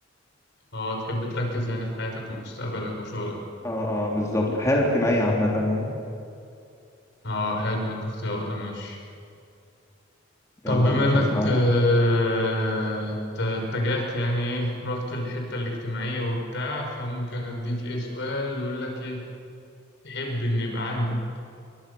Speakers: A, on the left; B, on the left.
A: اه تحب تركز يعني في حياتك ومستقبلك وشغلك
B: اه اه بالظبط الحياه الاجتماعيه عامه يعني
A: اه حلو الاختيار ده ماشي
B: يلا
A: طب بما
B: يا باشا
A: انك
B: اسمعك
A: آه، ات- اتجهت يعني ايه رحت الحتة الاجتماعية وبتاع فممكن اديك ايه سؤال يقول لك ايه تحب إن يبقى عندك